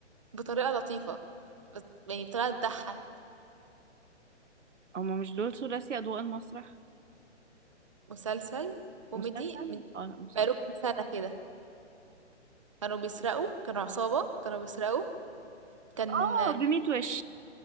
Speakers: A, on the right (about 25°); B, on the right (about 80°).
A: بطريقه لطيفه بس- يعني بطريقه تضحك
B: هما مش دول ثلاثي أضواء المسرح
A: مسلسل كوميدي
B: مسلسل
A: من
B: اه لا مسلسل
A: بقاله كام سنة كده كانوا بيسرقوا كانوا عصابة كانوا بيسرقوا كان
B: اه بميت وش